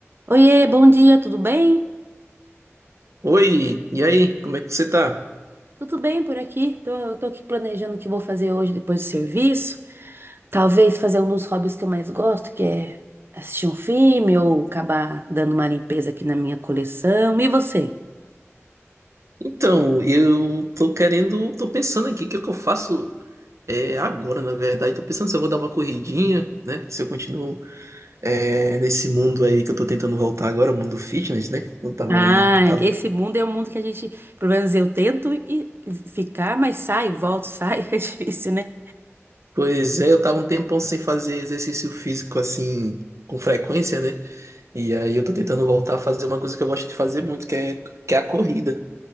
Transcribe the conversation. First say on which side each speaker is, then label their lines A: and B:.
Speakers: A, on the right; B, on the right.
A: Oiê, bom dia, tudo bem?
B: Oi, e aí, como é que você tá?
A: Tudo bem por aqui? Tô, eu tô aqui planejando o que vou fazer hoje depois do serviço. Talvez fazer um dos hobbies que eu mais gosto, que é assistir um filme ou acabar dando uma limpeza aqui na minha coleção. E você?
B: Então, eu tô querendo, tô pensando aqui o que é que eu faço é, agora, na verdade. Tô pensando se eu vou dar uma corridinha, né? Se eu continuo é, nesse mundo aí que eu tô tentando voltar agora, o mundo fitness, né? Eu tava,
A: Ah,
B: tava...
A: esse mundo é um mundo que a gente, pelo menos eu tento e ficar, mas sai, volto, sai, <laughs> é difícil, né?
B: Pois é, eu tava um tempão sem fazer exercício físico assim, com frequência, né? E aí eu tô tentando voltar a fazer uma coisa que eu gosto de fazer muito, que é, que é a corrida.